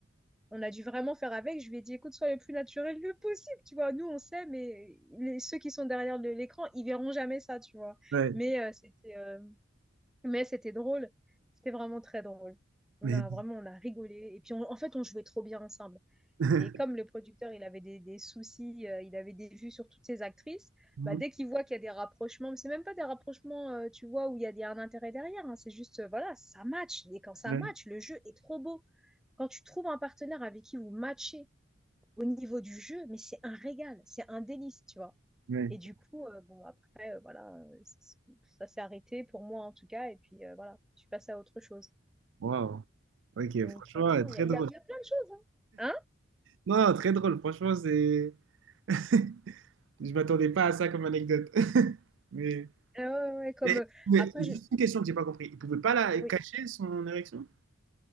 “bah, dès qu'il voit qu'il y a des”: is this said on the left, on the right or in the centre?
Centre